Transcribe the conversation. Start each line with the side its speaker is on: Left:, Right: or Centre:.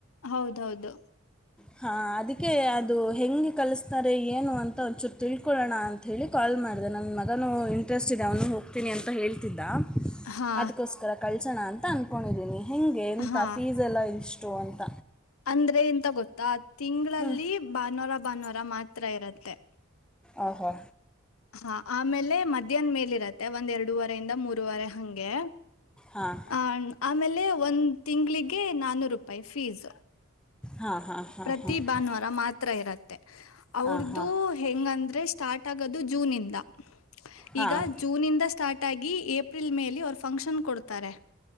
Left: ಹೌದೌದು
Centre: ಹಾ ಅದಕ್ಕೆ ಅದು ಹೆಂಗೆ ಕಲಿಸ್ತಾರೆ ಏನು ಅಂತ ಒಂಚೂರು ತಿಳ್ಕೊಳ್ಳೋಣ ಅಂತ ಹೇಳಿ ಕಾಲ್ ಮಾಡಿದೆ ನನ್ನ ಮಗನು ಟಸ್ಟ್ ಇದೆ ಅವನು ಹೋಗ್ತೀನಿ ಅಂತ ಹೇಳ್ತಿದ್ದ
Left: ಹಾ
Centre: ಅದಕ್ಕೋಸ್ಕರ ಕಳ್ಸೋಣ ಅಂತ ಅಂದ್ಕೊಂಡಿದ್ದೀನಿ ಹಂಗೆ ಎಥ
Left: ಹಾ
Centre: ಫೀಸ್ ಎಲ್ಲ ಇಷ್ಟು ಅಂತ
Left: ಅಂದ್ರೆ ಎಂತ ಗೊತ್ತಾ ತಿಂಗಳಲ್ಲಿ
Centre: ಹ್ಞೂ
Left: ಬಾನೂರ ಬಾನೂರ ಮಾತ್ರ ಇರತ್ತೆ
Centre: ಆ ಹಾ
Left: ಹಾ ಆಮೇಲೆ ಮಧ್ಯಾಹ್ ಮೇಲ್ ಇರತ್ತೆ ಒಂದ್ ಎರಡೂವರ ಇಿಂದ ಮೂರರುವರೆ ಹಂಗೆ
Centre: ಹಾಂ
Left: ಹ ಆಮೇಲೆ ಒಂದ ತಿಂಗ್ಳಿಗೆ ನಾನೂರು ರೂಪಾಯಿ ಫೀಸ್
Centre: ಹಾಂ ಹಾಂ ಹಾಂ
Left: ಪ್ರತಿ
Centre: ಹಾಂ
Left: ಭಾನುವಾರ ಮಾತ್ರ ಇರತ್ತೆ ಅವ್ರದುು
Centre: ಹಾಂ ಹಾಂ
Left: ಹೆಂಗಂದ್ರೆ ಸ್ಟಾರ್ಟ್ ಆಗೋದು ಜೂನ್ ಇಂದ
Centre: ಹಾಂ
Left: ಈಗ ಜೂನ ಇಂದ ಸ್ಟಾರ್ಟ್ ಆಗಿ ಏಪ್ರಿಲ್ ಮೇಲೆ ಅವರು ಫಂಕ್ಷನ್ ಕೊಡ್ತಾರೆ